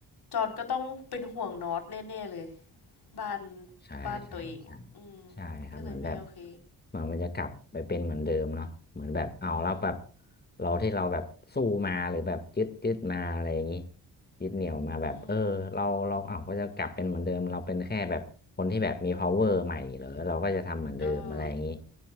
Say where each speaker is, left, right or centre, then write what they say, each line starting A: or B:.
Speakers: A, on the left; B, on the left.
A: จอนก็ต้องเป็นห่วงนอตแน่ๆเลยบ้าน
B: ใช่ใช่ใช่
A: บ้านตัวเองอ่ะอืม
B: ใช่ครับเหมือนแบบ
A: ก็เลยไม่โอเค
B: เหมือนมันจะกลับไปเป็นเหมือนเดิมเนาะเหมือนแบบเอาแล้วแบบ
A: อืม
B: เราที่เราแบบสู้มาหรือแบบยึดยึดมาอะไรอย่างนี้ยึดเหนี่ยวมาแบบเออเราเราเอาก็จะกลับเป็นเหมือนเดิมเราเป็นแค่แบบคนที่แบบมี
A: อืม
B: power ใหม่เหรอเราก็จะทำเหมือนเดิมอะไรอย่างนี้
A: เออ